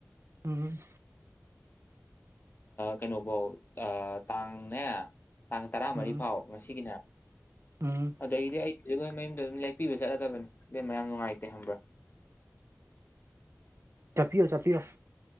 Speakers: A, on the right; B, on the left.
A: ꯎꯝ
B: ꯀꯩꯅꯣꯐꯧ ꯇꯥꯡꯅꯦ ꯇꯥꯡ ꯇꯔꯥꯃꯔꯤ
A: ꯎꯝ
B: ꯐꯥꯎ ꯉꯁꯤꯒꯤꯅꯦ
A: ꯎꯝ
B: ꯑꯗꯒꯤꯗꯤ ꯑꯩꯁꯨ ꯑꯩꯈꯣꯏ ꯃꯌꯨꯝꯗ ꯑꯗꯨꯝ ꯂꯦꯛꯄꯤꯕ ꯆꯠꯂꯗꯕꯅꯤ ꯕꯦꯝ ꯃꯌꯥꯝ ꯅꯨꯡꯉꯥꯏꯇꯦ ꯍꯪꯕ꯭ꯔꯥ
A: ꯆꯞꯄꯤꯌꯣ ꯆꯞꯄꯤꯌꯣ